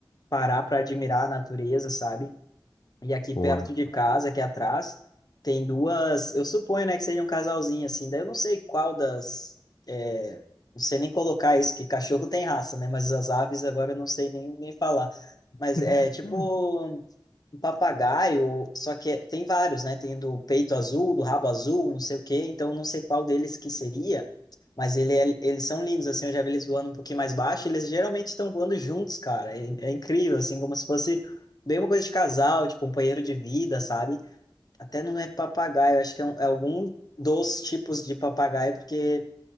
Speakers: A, on the left; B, on the left.
A: parar pra admirar a natureza, sabe? E aqui
B: Pô,
A: perto
B: é...
A: de casa, aqui atrás, tem duas. Eu suponho, né, que seja um casalzinho assim. Daí eu não sei qual das. é, não sei nem colocar isso, que cachorro tem raça, né? Mas as aves agora eu não sei nem, nem falar. Mas
B: <laughs>
A: é tipo um papagaio, só que é- tem vários, né? Tem do peito azul, do rabo azul, não sei o quê. Então eu não sei qual deles que seria. Mas ele é- eles são lindos, assim. Eu já vi eles voando um pouquinho mais baixo. Eles geralmente estão voando juntos, cara. É, é incrível, assim, como se fosse. Bem uma coisa de casal, de companheiro de vida, sabe? Até não é papagaio, acho que é, um- é algum dos tipos de papagaio, porque